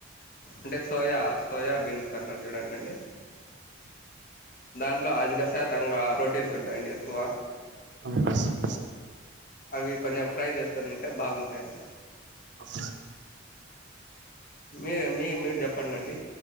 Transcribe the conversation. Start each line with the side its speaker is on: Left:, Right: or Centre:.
Left: అంటే సోయా సోయా బీన్స్ అంటారు. చూడండి అండి దాంట్లో అధిక శాతంగా ప్రోటీన్స్ ఉంటాయండి. ఎక్కువ
Right: అవునా అంటే
Left: అవి కొంచెం ఫ్రై చేస్ మొత్తం తింటే బాగుంటాయండి.
Right: అఫ
Left: మీ మీ మీర్ చెప్పండి అండి.